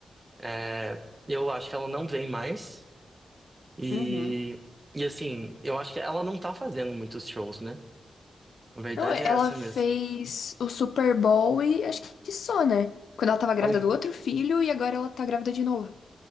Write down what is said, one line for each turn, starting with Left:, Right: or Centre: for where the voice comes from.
Right: é, eu acho que ela não vem mais e,
Left: Uhum.
Right: e assim, eu acho que ela não tá fazendo muitos shows, né? A verdade
Left: Não, ela
Right: é essa
Left: fez
Right: mesmo.
Left: o Super Bowl e acho que só, né? Quando ela tava grávida
Right: Pois,
Left: do outro filho e agora ela tá grávida de novo.